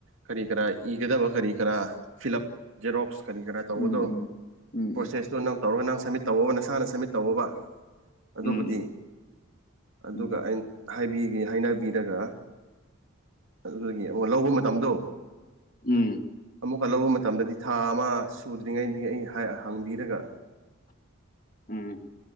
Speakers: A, on the right; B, on the left.
A: ꯀꯔꯤ ꯀꯔꯥ ꯏꯒꯗꯕ ꯀꯔꯤ ꯀꯔꯥ ꯐꯤꯜꯞ ꯖꯦꯔꯣꯛꯁ ꯀꯔꯤ ꯀꯔꯥ ꯇꯧꯕꯅꯣ
B: ꯎꯝ ꯎꯝ ꯎꯝ
A: ꯄ꯭ꯔꯣꯁꯦꯁꯇꯨ ꯅꯪ ꯇꯧꯔꯒ ꯅꯪ ꯁꯝꯃꯤꯠ ꯇꯧꯕ ꯅꯁꯥꯅ ꯁꯝꯃꯤꯠ ꯇꯧꯕ ꯑꯗꯨꯕꯨꯗꯤ
B: ꯎꯝ ꯎꯝ
A: ꯑꯗꯨꯒ
B: ꯎꯝ ꯎꯝ
A: ꯑꯩꯅ ꯍꯥꯏꯕꯤꯒꯦ ꯍꯥꯏꯅꯕꯤꯔꯒ ꯑꯗꯨꯒꯤ ꯑꯃꯨ ꯂꯧꯕ ꯃꯇꯝꯗꯣ
B: ꯎꯝ
A: ꯑꯃꯨꯛꯀ ꯂꯧꯕ ꯃꯇꯝꯗꯗꯤ ꯊꯥ ꯑꯃ ꯁꯨꯗ꯭ꯔꯤꯉꯩꯗꯒꯤ ꯑꯩ ꯍꯥꯏ ꯍꯥꯡꯕꯤꯔꯒ
B: ꯎꯝ